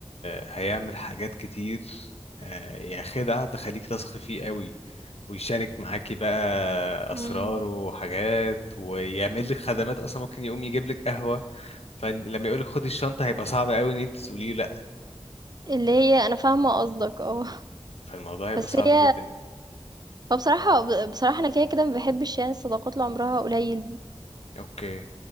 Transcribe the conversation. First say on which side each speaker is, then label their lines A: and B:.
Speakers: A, on the left; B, on the right.
A: هيعمل حاجات كتير آه، يعني خدع تخليك تثقي فيه قوي ويشارك معاكي بقى
B: مم.
A: اسراره وحاجات ويعمل لك خدمات اصلا ممكن يقوم يجيب لك قهوه فلما يقول لك خدي الشنطه هيبقى صعب قوي ان انت تقولي له
B: اللي هي انا فاهمة قصدك اه
A: فالموضوع هيبقى
B: بس
A: صعب
B: هي
A: جدا
B: هو بصراحة بصراحة انا كده كده ما بحبش يعني الصداقات اللي عمرها قليل دي
A: اوكي